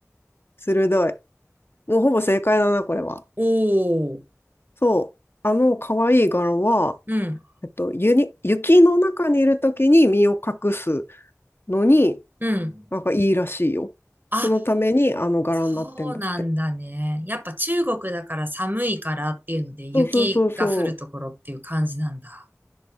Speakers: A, on the left; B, on the right.
A: 鋭い。もうほぼ正解だな、これは。
B: おー。
A: そう。あの可愛い柄は、
B: うん、
A: えっと、ゆに雪の中にいるときに身を隠すのに、
B: うん。
A: なんかいいらしいよ。
B: あ、
A: そのためにあの柄になってんだって。
B: そうなんだね。やっぱ中国だから寒いからっていうので雪が降るところっていう感じなんだ。
A: そうそうそうそう。